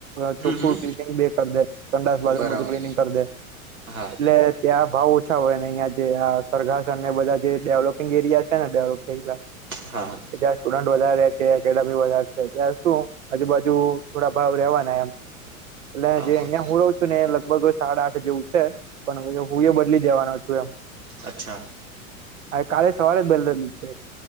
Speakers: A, on the right; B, on the right.
A: અ ચોક્
B: હમ
A: ખુ
B: હમ
A: કલિનિંગ બી એ કર દે, સંડાસ બાથરૂમ
B: બરાબર
A: બધુ ક્લીનિંગ કર દે
B: હા
A: એટલે ત્યાં ભાવ ઓછા હોય ને અઇયા જે આ સ્વર્ગાસન ને બધા જે ડેવલોપિંગ એરિયા છે ને ડેવ થયલા
B: હા હા
A: એ જ્યારે સ્ટુડન્ટ વધારે છે કે ડમી વધારે છે ત્યાર શું આજુબાજુ થોડા ભાવ રેવાના એમ એટલે
B: હા
A: જે
B: હા
A: અહિયાં હું રહું છું ને એ લગભગ સાડા આઠ જેવું છે પણ હું એ બદલી દેવાનો છે.
B: અચ્છા
A: કાલે સવારે જ બલદર નીક હ